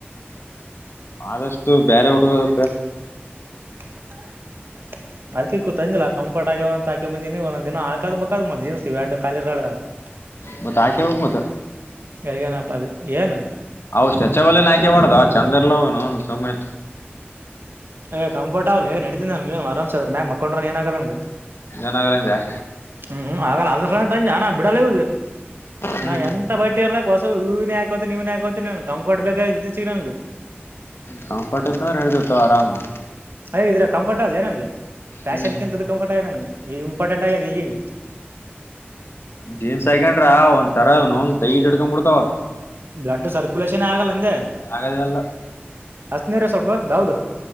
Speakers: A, on the left; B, on the right.
A: ಆದಷ್ಟು ಬೇರೆ ಹುಡುಗರ್
B: <unintelligible> ಅದಕ್ಕೆ ಕೂತಂದಿಲ್ಲ ಕಂಫರ್ಟ್ ಆಗ್ಯವಂತ್ ಹಾಕ್ ಬಂದಿನಿ ಒಂದೊಂದ್ ದಿನ ಹಾಕದ ಬೇಕಾದ್ <unintelligible> ಇವೆರಡು ಖಾಲಿ <unintelligible>
A: ಮತ್ತ್ ಆಚೆ ಹೋಗ್ ಮತ್
B: ಎಲ್ಗೇನಪ್ಪ ಅದು ಏನ್.
A: ಅವ್ ಸ್ಟ್ರೆಚೆಬಲ್ ಏನ್ ಆಯ್ಕೆ ಮಾಡ್ದ ಚಂದ ಇಲ್ಲೇನು ಅವು ಸುಮ್ನೆ.
B: ಏ ಕಂಫರ್ಟ್ ಅವ್ಲೆ ನಡೀತಿದ್ದ ನನ್ಗೆ ಆರಾಮಸೆ ಆದ್ರ ಮ್ಯಾಗ ಮಕ್ಕೊಂಡ್ರನ್ ಏನ್ ಆಗಲ್ಲ ನನ್ಗೆ.
A: ಏನಾದ್ರೂ ಅಂದಿಯಾ.
B: ಹ್ಮ್ ಹ್ಮ್ ಆಗಲ್ಲ ಅದ್ರಂದ ಸಲುವಾಗೆ ಬಂದ್ಯಾನಾ ಬಿಡಲ್ಲ ಇವ್ದು
A: ಹ್ಮ್
B: ನಾ
A: ಹ್ಮ್
B: ಎಂತ ಬಟ್ಟಿಯಾರ್ <unintelligible> ಇವ್ನೇ ಹಾಕೋತೀನಿ ಇವ್ನೇ ಹಾಕೋತೀನಿ ಕಂಫರ್ಟ್ ಬೇಕಾಗಿರೋದು ಇತ್ತೀಚಿಗೆ ನನಗ್.
A: ಕಂರ್ಪಟ್ ಇರ್ತಾವೆ ನಡೆತೀರ್ತವೆ ಆರಾಮ್ ಸೇ.
B: ಅ ಇದ್ರ ಕಂಫರ್ಟ್ ಅಲ್ಲದೆ ನನ್ಗೆ ಫ್ಯಾಷನ್ಗಿಂತು
A: ಹ್ಮ್
B: ಕಂಫರ್ಟ್ ಆಗಿದೆ ನನ್ಗೆ ಈ ಇಂಪಾರ್ಟೆಂಟ್ ಆಗಿದೆ ಈಗ್
A: ಜೀನ್ಸ್ ಹೈಕೊಂಡ್ರ ಒಂದ್ ತರ ಇವನ್ ಅವುನ್ ಟೈಟ್ ಹಿಡ್ಕೊಂಡ್ ಬಿಡ್ತಾವ್.
B: ಬ್ಲಡೂ ಸರ್ಕುಲೇಷನ್ ಆಗಲ್ಲ. ಅಂದೆ
A: ಆಗದೆ ಇಲ್ಲ.
B: ಹತ್ನೀರ ಸ್ವಲ್ಪ ದೌದು